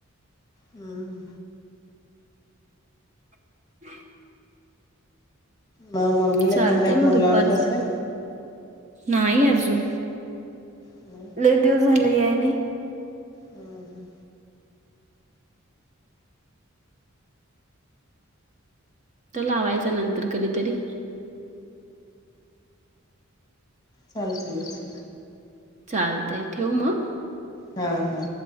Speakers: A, on the left; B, on the right.
A: हम्म.
B: <inaudible>
A: मग मम्मीला
B: चालते
A: तेनं काय फोन
B: मग दुपारच
A: लावलातास काय?
B: नाही अजून.
A: नाही.
B: लय दिवस झाले याय नाही.
A: हम्म हम्म.
B: त लावायचा नंतर कधीतरी.
A: चालतंय की.
B: चालतंय ठेऊ मग?
A: हा हा.